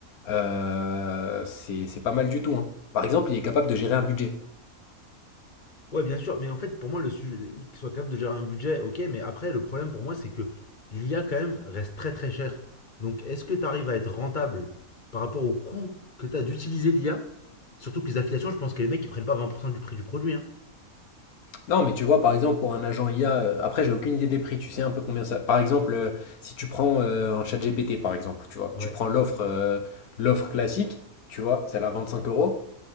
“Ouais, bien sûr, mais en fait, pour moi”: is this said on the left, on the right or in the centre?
Left